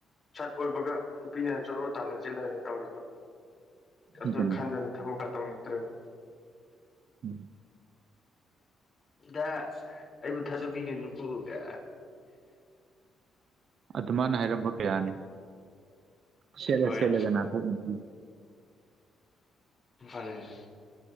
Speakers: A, on the left (about 35°); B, on the right (about 60°).
A: ꯁꯠ ꯑꯣꯏꯕꯒ ꯅꯨꯄꯤꯅꯅ ꯆꯣꯠꯂꯣ ꯇꯥꯟꯅꯁꯤꯜꯂꯅꯤ ꯇꯧꯔꯤꯕ ꯑꯗꯨ
B: ꯑꯗꯨꯅꯦ
A: ꯈꯟꯗꯅ ꯊꯕꯛꯀ ꯇꯧꯅꯤꯡꯛꯇ꯭ꯔꯦꯕ
B: ꯎꯝ
A: ꯗ ꯑꯩꯕꯨ ꯊꯥꯗꯣꯛꯄꯤꯒꯅꯨꯀꯣꯒ
B: ꯑꯗꯨ ꯃꯥꯅ ꯍꯥꯏꯔꯝꯕ ꯀꯌꯥꯅꯤ ꯁꯦꯠꯂ
A: ꯍꯣꯏ
B: ꯁꯦꯠꯂꯒ ꯅꯥꯊꯣꯛꯄꯤ
A: ꯑꯅꯤ